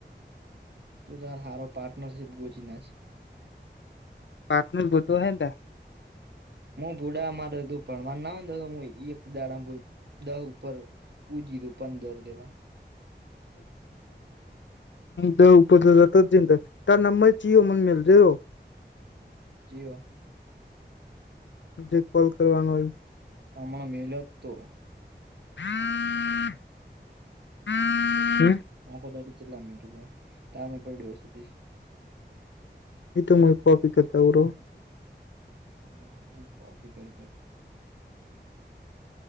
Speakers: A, on the right; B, on the left.
A: તું તાર હોરો પાર્ટનરશીપ ગુછી નાખ.
B: પાર્ટનર ગોતવો હે ને.
A: હું ભુડા મારે તું ભણવાર ના હોને દ એક દાડા દ ઉપર. કોઈ કીધુ પંદર દેવાના.
B: હ ઉપર તો જ જ જિંદર ત નંબર ચયો મને મેલજે રો?
A: જીઓ.
B: જે કોલ કરવાનો હોય.
A: હમણા મલત તો.
B: હા. હમ.
A: આખો દિવસ કેટલો મિનિટ બેસે એટલે કામે પડ્યો હશે.
B: એ તોમ કોફી કતાવું.
A: હમ કોપી કર.